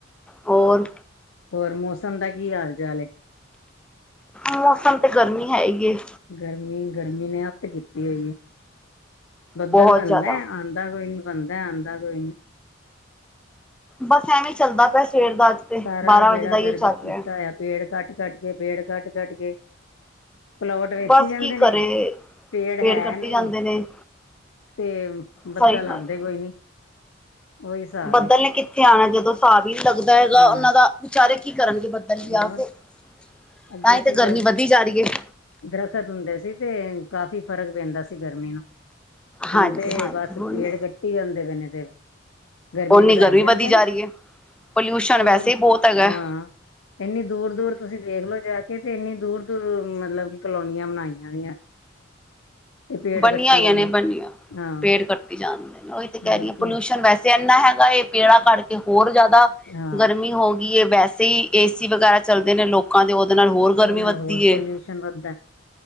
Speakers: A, in the centre; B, on the left.
A: ਹੋਰ
B: ਹੋਰ ਮੌਸਮ ਦਾ ਕੀ ਹਾਲ ਚਾਲ ਹੈ?
A: ਮੌਸਮ ਤੇ ਗਰਮੀ ਹੈ ਹੀ ਹੈ।
B: ਗਰਮੀ -ਗਰਮੀ ਨੇ ਹ ਅਤ ਕੀਤੀ ਹੋਈ ਹੈ ਬੱਦਲ
A: ਬਹੁਤ
B: ਬਣਦਾ
A: ਜ਼ਿਆਦਾ
B: ਆਂਦਾ ਕੋਈ ਨੀ, ਬਣਦਾ ਆਂਦਾ ਕੋਈ ਨੀ।
A: ਬਸ ਐਵੇਂ ਚੱਲਦਾ ਪਿਆ ਸਵੇਰ ਦਾ ਅੱਜ ਤੇ
B: ਸਾਰਾ
A: ਬਾਰਾਂ
B: ਬੇੜਾ
A: ਵਜੇ ਦਾ ਹੀ
B: ਗਰਕ
A: ਚੱਲ
B: ਕੀਤਾ
A: ਰਿਹਾ
B: ਹੋਆ ਪੇੜ ਕਂਟ ਕੱਟ ਗਏ ਪੇੜ ਕੱਟ ਕੱਟ ਗਏ। ਪਲੋਟ ਵੇਚੀ
A: ਬਸ
B: ਹੀ ਜਾਂਦੇ
A: ਕੀ
B: ਨੇ
A: ਕਰੇ
B: ਪੇੜ ਹੈ
A: ਕੱਟੀ
B: ਨਹੀਂ।
A: ਜਾਂਦੇ ਨੇ
B: ਤੇ ਬੱਦਲ
A: ਸਹੀ ਗੱਲ
B: ਆਂਦੇ ਕੋਈ ਨੀ ਉਹੀ ਹਿਸਾਬ
A: ਬੱਦਲ
B: ਏ
A: ਨੇ ਕਿੱਥੇ ਆਣਾ? ਜਦੋਂ ਸਾਬ ਹੀ ਨ ਲੱਗਦਾ ਹੈਗਾ
B: ਹਾਂ
A: ਉਹਨਾਂ ਦਾ ਵਿਚਾਰੇ ਕੀ ਕਰਨਗੇ। ਦ ਵੀ
B: ਹੋਰ
A: ਆਪ <unintelligible>
B: ਅੱਗੇ
A: ਤਾਂ ਹੀ ਤੇ
B: ਸੀ
A: ਗਰਮੀ
B: ਜਦ
A: ਵੱਧਦੀ ਜਾ ਰਹੀ ਹੈ।
B: ਦਰਖਤ ਹੁੰਦੇ ਸੀ, ਤੇ ਕਾਫ਼ੀ ਫ਼ਰਕ ਪੈਂਦਾ ਸੀ ਗਰਮੀ ਨੂੰ। ਹੁਣ
A: ਹਾਂਜੀ-ਹਾਂਜੀ
B: ਤੇ ਬਸ
A: ਹੁਣ
B: ਪੇੜ ਕੱਟੀ ਜਾਂਦੇ ਪ ਏ ਨੇ ਤੇ ਗਰਮੀ
A: ਓਨੀ
B: ਵਧਾਈ ਜਾਂਦੇ
A: ਵਧੀ ਜਾ
B: ਨੇ,
A: ਰਹੀ ਹੈ। ਪੋਲਿਊਸ਼ਨ
B: ਹੋਰ
A: ਵੈਸੇ ਹੀ ਬਹੁਤ ਹੈਗਾ
B: ਹਾਂ। ਇੰਨੀ ਦੂਰ ਦੂਰ ਤੁਸੀਂ ਦੇਖਲੋ ਜਾ ਕੇ, ਤੇ ਇੰਨੀ ਦੂਰ ਦੂਰ ਮਤਲਬ ਕਿ ਕਲੋਨੀਆਂ ਬਣਾਈਆਂ ਦੀਆਂ। ਤੇ ਪੇੜ
A: ਬਨੀਆਂਈਆਂ
B: ਕੱਟੀ ਜਾਂਦੇ
A: ਨੇ ਬੰਨੀਆਂ
B: ਹਾਂ
A: ਪੇੜ ਕੱਟ ਜਾਣਦੇ ਨੇ ਉਹੀ ਤੇ ਕਹਿ
B: ਹੋਰ
A: ਰਹੀ ਹਾਂ,
B: ਕੀ
A: ਪੋਲਿਊਸ਼ਨ ਵੈਸੇ ਇੰਨਾ ਹੈਗਾ, ਇਹ ਪੇੜਾ ਕੱਟ ਕੇ ਹੋਰ ਜ਼ਿਆਦਾ
B: ਹਾਂ
A: ਗਰਮੀ ਹੋ ਗਈ ਹੈ ਵੈਸੇ ਹੀ, ਏਸੀ ਵਗੈਰਾ ਚੱਲਦੇ ਨੇ ਲੋਕ ਲੋਕਾਂ ਦੀ ਉਹਦੇ ਨਾਲ ਹੋਰ ਗਰਮੀ
B: ਉਹਦੇ ਨਾਲ
A: ਵੱਧਦੀਏ।
B: ਹੋਰ ਪੋਲਿਊਸ਼ਨ ਵੱਧਦਾ